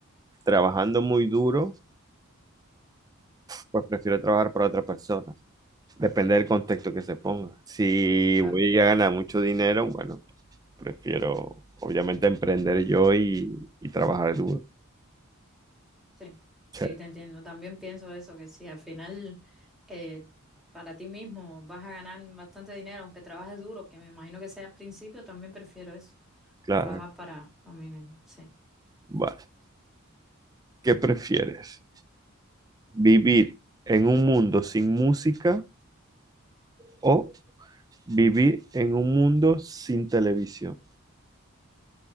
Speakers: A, on the right (about 15°); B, in the centre.
A: trabajando muy duro, pues prefiero trabajar para otra persona. Depende del contexto que se ponga. Si voy
B: Va,
A: a ganar mucho dinero, bueno, prefiero obviamente emprender yo y, y trabajar duro.
B: sí, sí,
A: Sí,
B: te entiendo. También pienso eso, que si al final eh, para ti mismo vas a ganar bastante dinero, aunque trabajes duro, que me imagino que sea al principio, también prefiero eso,
A: claro.
B: trabajar para, para mí mismo, sí.
A: Vale. ¿Qué prefieres? ¿Vivir en un mundo sin música o Vivir en un mundo sin televisión.